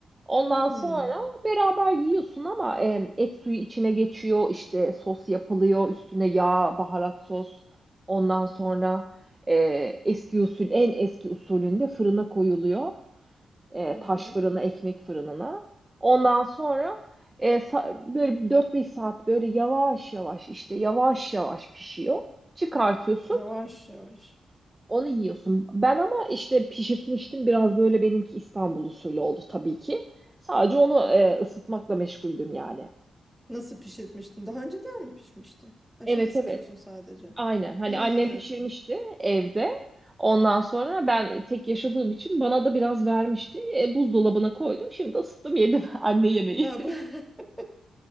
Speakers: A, on the right (about 25°); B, in the centre.
A: Ondan
B: Hmm.
A: sonra beraber yiyorsun ama e, et suyu içine geçiyor, işte sos yapılıyor, üstüne yağ, baharat sos. Ondan sonra e, eski usul, en eski usulünde fırına koyuluyor. E,
B: Hı
A: taş
B: hı.
A: fırına, ekmek fırınına. Ondan sonra e, sa- böyle dört beş saat böyle yavaş yavaş işte yavaş yavaş pişiyor. Çıkartıyorsun.
B: Yavaş yavaş.
A: Onu yiyorsun. Ben ama işte pişirtmiştim biraz böyle benimki İstanbul usulü oldu tabii ki. Sadece onu e, ısıtmakla meşguldüm yani.
B: Nasıl pişirmiştin? Daha önceden mi pişmişti? Ha,
A: Evet
B: şimdi ısıtıyorsun
A: evet.
B: sadece.
A: Aynen.
B: Ha.
A: Hani annem pişirmişti evde. Ondan sonra ben tek yaşadığım için bana da biraz vermişti. E, buzdolabına koydum. Şimdi ısıttım yedim <laughs> anne yemeği.
B: Ha,
A: <laughs>
B: bu <laughs>